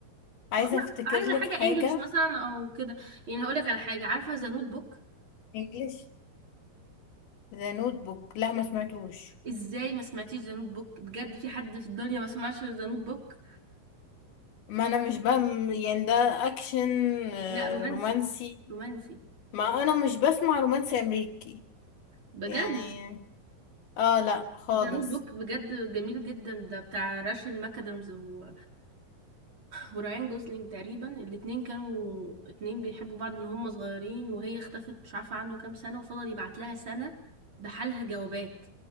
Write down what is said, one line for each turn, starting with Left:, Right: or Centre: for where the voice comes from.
Left: عايزة
Right: اه، لا
Left: أفتكر
Right: عايزة
Left: لك
Right: حاجة
Left: حاجة
Right: انجلش مثلا او كده يعني هقولك على حاجة عارفة ذا نوت بوك
Left: انجليش ذا نوت بوك لا ما سمعتوش
Right: ازاي ما سمعتيش ذا نوت بوك بجد في حد في الدنيا ما سمعش ذا نوت بوك
Left: ما أنا مش بم يعني ده أكشن آه،
Right: لا رومانسي
Left: رومانسي
Right: رومانسي
Left: ما أنا مش بسمع رومانسي أمريكي
Right: بجد
Left: يعني اه لا خالص
Right: ذا نوت بوك بجد جميل جدا ده بتاع راشن ماكادامز و... وراين جوزلينج تقريبا الاتنين كانوا اتنين بيحبوا بعض من هم صغيرين وهي اختفت مش عارفة عنه كام سنة وفضل يبعت لها سنة بحالها جوابات